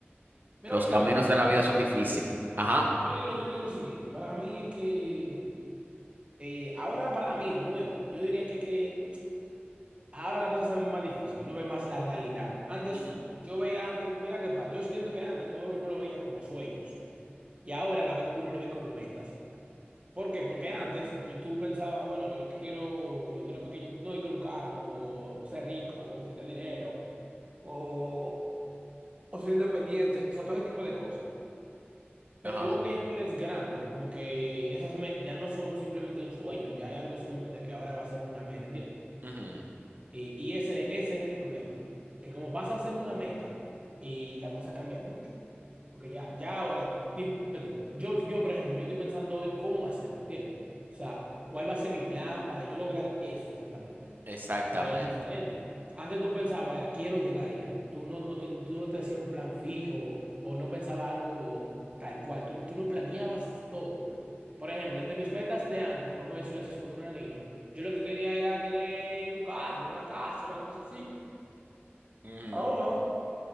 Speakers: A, on the right; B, on the right.
A: mira
B: los
A: lo
B: caminos
A: que pasa,
B: de
A: para
B: la vida
A: mí
B: son difíciles.
A: es que,
B: Ajá.
A: yo digo, yo digo lo siguiente, para mí es que... Eh, ahora para mí, lo nuevo, yo diría que, que ahora las cosas se ven más difíciles y uno ve más la realidad. Antes,
B: Ujú,
A: yo veía antes, mira qué pasa, yo siento que antes todo uno lo veía como sueños y ahora la ve- uno lo ve como metas. ¿Por qué? Porque antes yo, tú pensaba, bueno, yo lo que quiero cuando tú eras pequeño, no ir con un carro o ser rico o tener dinero o, o ser independiente, o sea, todo ese tipo de cosas. Pero
B: Ajá.
A: luego que ya tú eres grande, como que esas me- ya no son simplemente un sueño, ya hay algo simplemente que ahora va a ser una meta, ¿entiendes?
B: ujú,
A: Y, y ese, ese es el problema, que como vas a hacer una meta y la cosa cambia mucho, porque ya, ya ahora, tú- dime tú, yo, yo por ejemplo, yo estoy pensando hoy cómo hacerlo, ¿entiendes? O sea, ¿cuál va a ser mi plan para yo lograr eso exactamente?
B: Exactamente.
A: Que ahí es diferente. Antes tú pensabas, era, quiero llegar y ya. Tú no, no te, tú no te hacías un plan fijo o no pensabas algo o tal cual, tú, tú no planeabas todo. Por ejemplo, entre mis metas de antes, vamos a decirlo así, cuando era niño, yo lo que quería era tener un carro, una casa, una cosa así.
B: ujú,
A: Ahora,